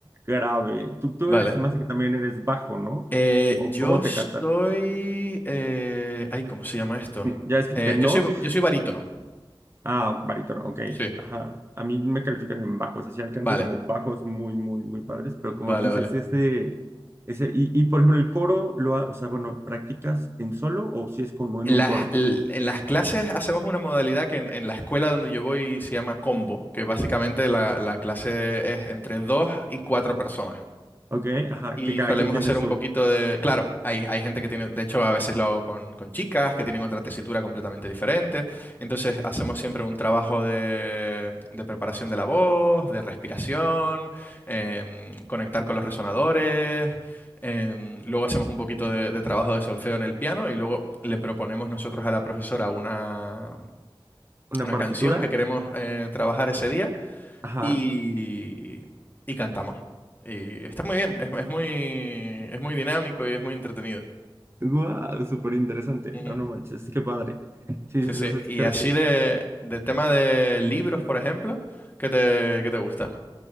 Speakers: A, on the right; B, on the left.
A: grave, tú, tú
B: vale.
A: eres, se me hace que también eres bajo, ¿no?
B: Eh,
A: ¿O
B: yo
A: cómo
B: soy...
A: te catan?
B: eh, ay, ¿cómo se llama esto?
A: ya es que
B: Eh,
A: tenor,
B: yo soy, yo soy barítono.
A: ah, barítono, ok,
B: Sí,
A: ajá. A mí me califican en bajos, así alcanzo
B: vale,
A: como bajos muy, muy, muy padres, pero como
B: vale,
A: dices,
B: vale.
A: ese, ese, y, y por ejemplo, el coro, lo, ha- o sea, bueno, ¿practicas en solo o si es como en
B: Las-
A: un coro?
B: l- en las clases hacemos una modalidad que en, en la escuela donde yo voy se llama combo, que básicamente la, la clase es entre dos y cuatro personas.
A: Ok, ajá,
B: Y
A: que cada
B: solemos
A: quien tiene
B: hacer
A: su,
B: un poquito de... Claro, hay, hay gente que tiene... De hecho, a veces lo hago con, con chicas que tienen otra tesitura completamente diferente. Entonces, hacemos siempre un trabajo de, de preparación de la voz, de respiración, em, conectar con los resonadores. em, luego hacemos un poquito de, de trabajo de solfeo en el piano y luego le proponemos nosotros a la profesora una,
A: una
B: una
A: partitura.
B: canción que queremos eh, trabajar ese día
A: Ajá.
B: y, y cantamos. Y está muy bien, es, es muy, es muy dinámico y es muy entretenido.
A: Wow, súper interesante.
B: Ujú.
A: No, no manches, qué padre. Sí,
B: Sí,
A: entonces
B: sí. Y
A: creo
B: así
A: que,
B: de, de tema de libros, por ejemplo, ¿qué te, qué te gusta?